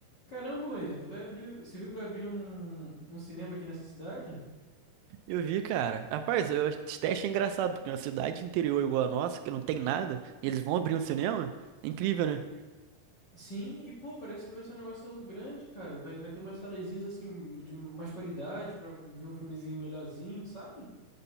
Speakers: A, on the left; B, on the right.
A: Caramba, Wendy, tu vai abrir. Você viu que vai abrir um, um cinema aqui nessa cidade?
B: Eu vi, cara. Rapaz, eu, esse teste é engraçado, porque uma cidade interior igual a nossa, que não tem nada, e eles vão abrir um cinema? É incrível, né?
A: Sim, e pô, parece que vai ser um negócio grande, cara. Vai, vai ter umas salezinhas assim, de mais qualidade, pra ver um filmezinho melhorzinho, sabe?